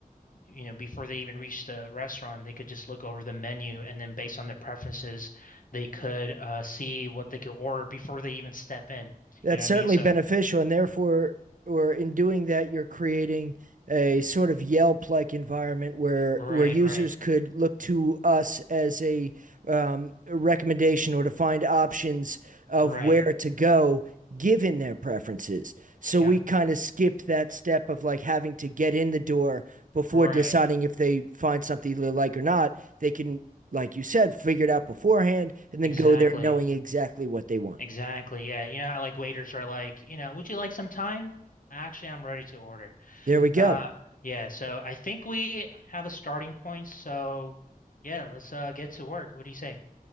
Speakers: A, on the left (about 65°); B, on the right (about 60°).
A: you know, before they even reach the restaurant, they could just look over the menu and then based on their preferences, they could uh see what they could order before they even step in.
B: that's
A: You know
B: certainly
A: what I mean? So,
B: beneficial and therefore or in doing that you're creating a sort of Yelp like environment where
A: right,
B: where users
A: right.
B: could look to us as a um, a recommendation or to find options of
A: Right.
B: where to go given their preferences. So
A: Got
B: we kind of skip that step of like having to get in the door before
A: right.
B: deciding if they find something they like or not. They can, like you said, figure it out beforehand and then
A: Exactly.
B: go there knowing exactly what they want.
A: Exactly. Yeah. You know how like waiters are like, you know, would you like some time? Actually, I'm ready to order.
B: There we go.
A: Uh yeah, so I think we have a starting point. So yeah, let's uh get to work. What do you say?